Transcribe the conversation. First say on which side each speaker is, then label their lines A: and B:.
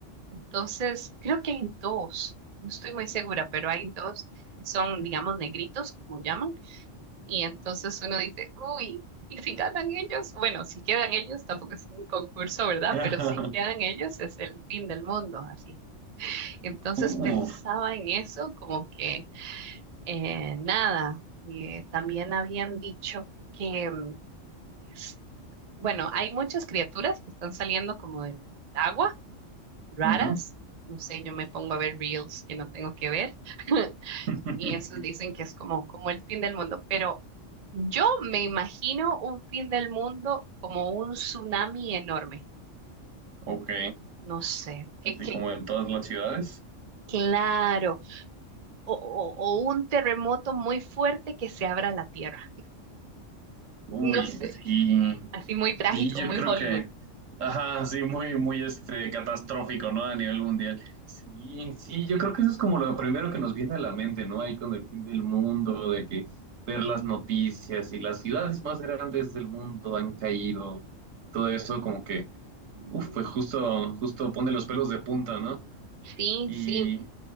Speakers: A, on the right; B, on the right.
A: Entonces, creo que hay dos, no estoy muy segura, pero hay dos que son, digamos, negritos, como llaman, Y entonces uno dice, uy, ¿y si ganan ellos? Bueno, si quedan ellos, tampoco es un concurso, ¿verdad?
B: <laughs>
A: Pero si quedan ellos es el fin del mundo, así. Entonces
B: Uh,
A: pensaba en eso como que eh, nada, eh, también habían dicho que, mm, s- bueno, hay muchas criaturas que están saliendo como del agua, raras.
B: ujú.
A: No sé, yo me pongo a ver reels que no tengo que ver. <laughs>
B: <laughs>
A: y esos dicen que es como, como el fin del mundo, pero yo me imagino un fin del mundo como un tsunami enorme,
B: Ok.
A: no sé, que,
B: Así
A: que
B: como en todas las ciudades.
A: claro, o, o- o un terremoto muy fuerte que se abra la tierra,
B: Uy,
A: no sé,
B: sí.
A: así muy trágico,
B: Sí, yo
A: muy
B: creo
A: Hollywood.
B: que, ajá, sí, muy, muy este, catastrófico, ¿no? A nivel mundial. Sí, sí, yo creo que eso es como lo primero que nos viene a la mente, ¿no? Ahí con el fin del mundo, de que ver las noticias y las ciudades más grandes del mundo han caído, todo eso como que,
A: Mm,
B: uf, pues justo, justo pone los pelos de punta, ¿no?
A: Sí,
B: Y,
A: sí.